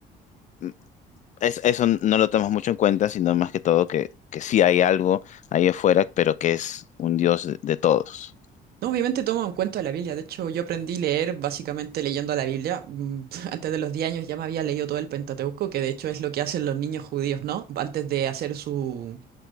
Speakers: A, on the left; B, on the right.
A: mm, es- eso no lo tomas mucho en cuenta, sino más que todo que, que sí hay algo ahí afuera, pero que es un Dios de, de todos.
B: No, Obviamente tomo en cuenta la Biblia. De hecho, yo aprendí a leer básicamente leyendo la Biblia. Mm, <laughs> Antes de los 10 años ya me había leído todo el Pentateuco, que de hecho es lo que hacen los niños judíos, ¿no? Antes de hacer su,